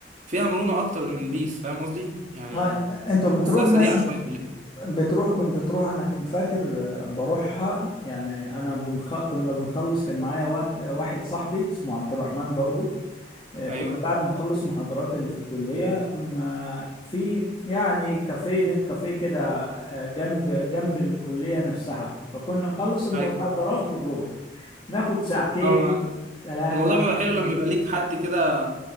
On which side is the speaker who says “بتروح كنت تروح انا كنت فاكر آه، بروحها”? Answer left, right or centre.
Left